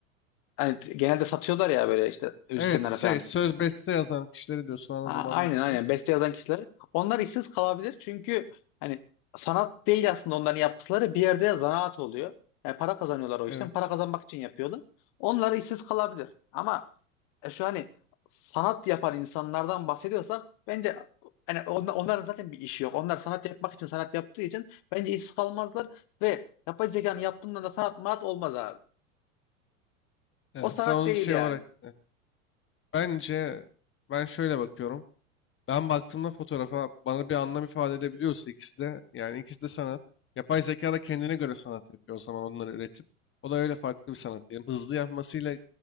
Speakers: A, on the left; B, on the left.
A: hani genelde satıyorlar ya böyle işte müzisyenlere
B: Evet, şey
A: falan.
B: söz beste yazan kişileri diyorsun anladım
A: A-
B: anladım
A: Aynen aynen
B: ya.
A: beste yazan kişilere. Onlar işsiz kalabilir çünkü hani sanat değil aslında onların yaptıkları bir yerde zanaat oluyor. Yani para kazanıyorlar o işten.
B: Evet.
A: Para kazanmak için yapıyorlar. Onlar işsiz kalabilir. Ama e, şu hani sanat yapan insanlardan bahsediyorsak bence hani onla- onların zaten bir işi yok. Onlar sanat yapmak için sanat yaptığı için bence işsiz kalmazlar ve yapay zekanın yaptığında da sanat manat olmaz abi.
B: Evet.
A: O sanat
B: Sen onu
A: değil
B: şey
A: yani.
B: olarak e, bence ben şöyle bakıyorum. Ben baktığımda fotoğrafa bana bir anlam ifade edebiliyorsa ikisi de yani ikisi de sanat. Yapay zeka da kendine göre sanat yapıyor o zaman onları üretip. O da öyle farklı bir sanat diyelim. Hızlı yapmasıyla